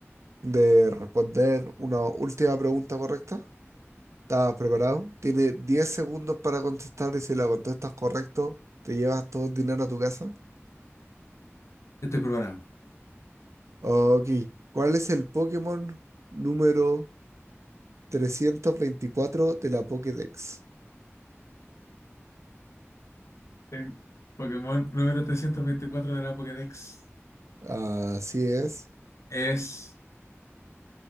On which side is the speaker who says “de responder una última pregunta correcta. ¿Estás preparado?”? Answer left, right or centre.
Right